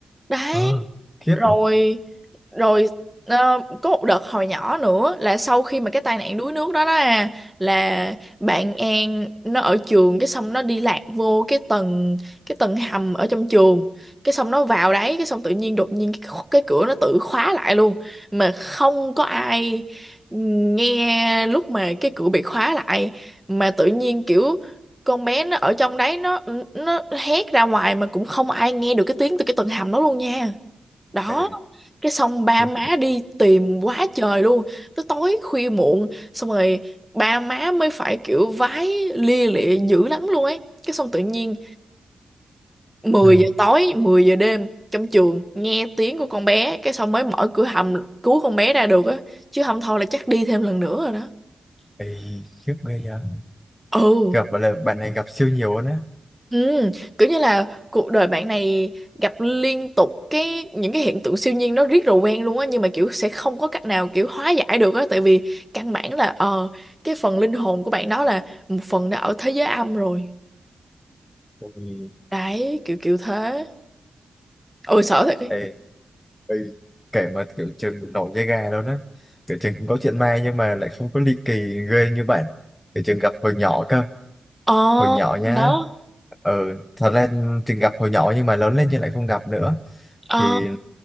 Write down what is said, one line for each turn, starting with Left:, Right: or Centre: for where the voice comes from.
Centre: đấy
Left: Ờ, khiếp.
Centre: rồi rồi ờ, có một đợt hồi nhỏ nữa là sau khi mà cái tai nạn đuối nước đó đó à, là bạn An nó ở trường cái xong nó đi lạc vô cái tầng cái tầng hầm ở trong trường cái xong nó vào đấy cái xong tự nhiên đột nhiên cái, kho- cái cửa nó tự khóa lại luôn mà không có ai nghe lúc mà cái cửa bị khóa lại mà tự nhiên kiểu con bé nó ở trong đấy nó nó hét ra ngoài mà cũng không ai nghe được cái tiếng từ cái tầng hầm đó luôn nha đó
Left: Ê,
Centre: cái xong ba
Left: khiếp.
Centre: má đi tìm quá trời luôn tới tối khuya muộn xong rồi ba má mới phải kiểu vái lia lịa dữ lắm luôn ấy cái xong tự nhiên mười
Left: Ừ.
Centre: giờ tối 10 giờ đêm trong trường nghe tiếng của con bé cái xong mới mở cửa hầm cứu con bé ra được á chứ không thôi là chắc đi thêm lần nữa rồi đó
Left: Ê, khiếp ghê vậy.
Centre: ừ
Left: Gặp là bạn này gặp siêu nhiều luôn á.
Centre: Ừ, kiểu như là cuộc đời bạn này gặp liên tục cái những cái hiện tượng siêu nhiên nó riết rồi quen luôn á nhưng mà kiểu sẽ không có cách nào kiểu hóa giải được á tại vì căn bản là ờ cái phần linh hồn của bạn đó là một phần đã ở thế giới âm rồi
Left: Ôi,
Centre: đấy kiểu kiểu thế ôi sợ thật ấy
Left: Ê, ê, kể mà kiểu trường nổi da gà luôn á. Kiểu trường cũng có chuyện ma nhưng mà lại không có ly kỳ ghê như bạn. Kiểu trường gặp hồi nhỏ cơ.
Centre: ờ
Left: hồi nhỏ nhá
Centre: đó
Left: ừ thật ra từng gặp hồi nhỏ nhưng mà lớn lên thì lại không gặp nữa
Centre: ờ
Left: thì